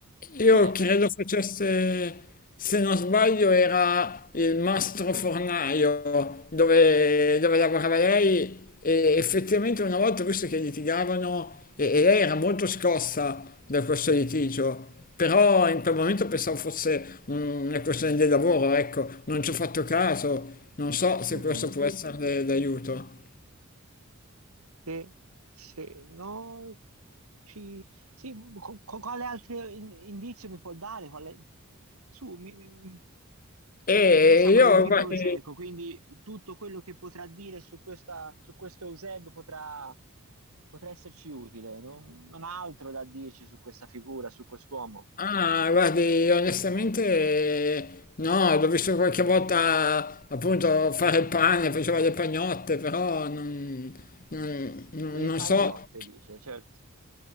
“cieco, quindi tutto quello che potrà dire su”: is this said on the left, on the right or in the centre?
Right